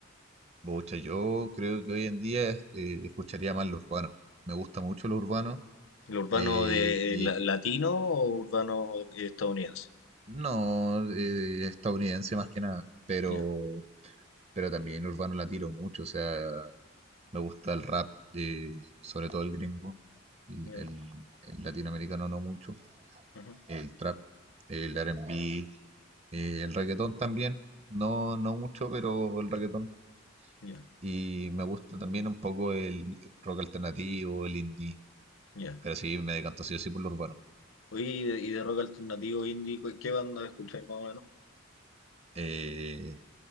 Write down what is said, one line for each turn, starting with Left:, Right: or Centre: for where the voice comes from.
Right: Pucha, yo creo que hoy en día eh, escucharía más lo urbano. Me gusta mucho lo urbano,
Left: ¿El urbano
Right: eh,
Left: de
Right: y
Left: eh, la- latino o urbano estadounidense?
Right: no eh, estadounidense más que nada, pero,
Left: Ya,
Right: pero también urbano la tiro mucho, o sea, me gusta el rap, eh, sobre todo el gringo, el
Left: ya,
Right: el- el latinoamericano no mucho.
Left: ajá,
Right: el trap, el R&B, eh, el reggaetón también, no, no mucho, pero el reggaetón.
Left: ya,
Right: Y me gusta también un poco el rock alternativo, el indie,
Left: ya.
Right: pero sí, me decanto así o sí por lo urbano.
Left: Oye, y de, y de rock alternativo indie, ¿cu- ¿qué banda escucháis más o menos?
Right: Eh,